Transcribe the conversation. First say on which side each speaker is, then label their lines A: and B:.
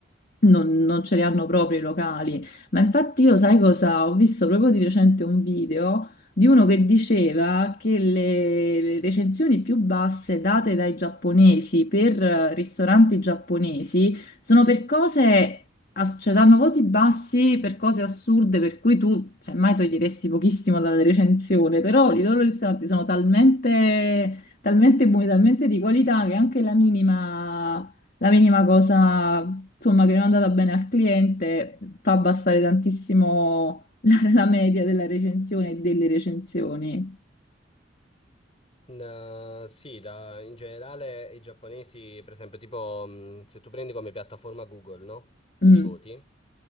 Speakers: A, on the left; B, on the left.
A: non, non ce li hanno proprio i locali. Ma infatti io sai cosa? Ho visto proprio di recente un video di uno che diceva che le, le recensioni più basse date dai giapponesi per eh, ristoranti giapponesi sono per cose... ass- Cioè, danno voti bassi per cose assurde per cui tu semmai toglieresti pochissimo dalla recensione, però i loro ristoranti sono talmente, talmente buoni, talmente di qualità che anche la minima la minima cosa, insomma, che non è andata bene al cliente fa abbassare tantissimo la, la media della recensione e delle recensioni.
B: In, eh, sì, da- in generale i giapponesi, per esempio, tipo mh, se tu prendi come piattaforma Google, no? Per
A: Mm,
B: i voti,